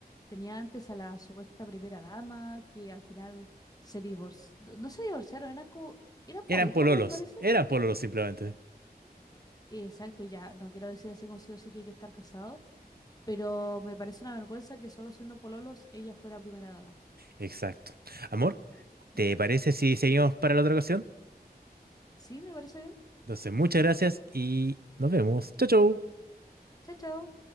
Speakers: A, on the left; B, on the right.
A: Tenía antes a la supuesta primera dama que al final se divorció. No se divorciaron, era como, eran
B: Eran
A: pareja,
B: pololos,
A: me parece.
B: eran pololos simplemente.
A: Exacto, y ya no quiero decir así como sí o sí tiene que estar casado, pero me parece una vergüenza que solo siendo pololos ella fuera primera dama.
B: Exacto. Amor,
A: Ujú.
B: ¿te parece si seguimos para la otra ocasión?
A: Sí, me parece bien.
B: Entonces, muchas gracias y nos vemos. Chau, chau.
A: Chao, chao.